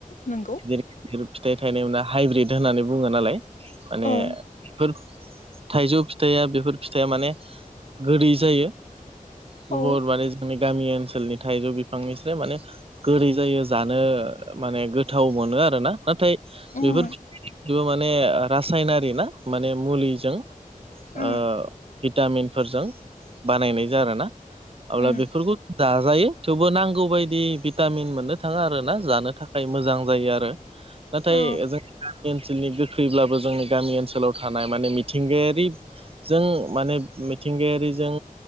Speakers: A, on the left; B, on the right.
A: नंगौ
B: बिफोर फिथाइ थायनायावनो हाइब्रिद होननानै बुङो नालाय माने
A: औ
B: फोर थाइजौ फिथाया बेफोर फिथाया माने गोदै जायो
A: औ
B: बहुत माने जोंनि गामि ओनसोलनि थाइजौ बिफांनिस्राय माने गोदै जायो जानो माने गोथाव मोनो आरो ना नाथाय
A: उम
B: बेफोर बेबो माने रासायनारि ना माने मुलिजों
A: उम
B: ओ भिटामिनफोरजों बानायनाय जा आरोना अब्ला
A: उम
B: बेफोरखौ जाजायो थेवबो नांगौ बायदि भिटामिन मोननो थाङा आरो ना जानो था खाय मोजां जायो आरो नाथाय
A: औ
B: जों गामि ओनसोलनि गोखैब्लाबो जोंनि गामि ओनसोलाव थानाय माने मिथिंगायारिजों माने मिथिंगायारिजों